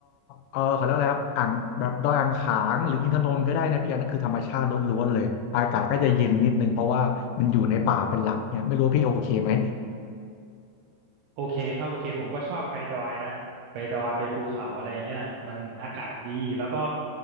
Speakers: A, on the left; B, on the right.
A: เออเขาเรียกว่าอะไรครับอ่างแบบดอยอ่างขางหรืออินทนนท์ก็ได้นะพี่อันนั้นคือธรรมชาติล้วนๆเลยอากาศก็จะเย็นนิดนึงเพราะว่ามันอยู่ในป่าเป็นหลักเนี่ยไม่รู้ว่าพี่โอเคไหม
B: โอเคครับโอเคผมก็ชอบไปดอยนะไปดอยไปภูเขาอะไรเงี้ยมันอากาศดีแล้วก็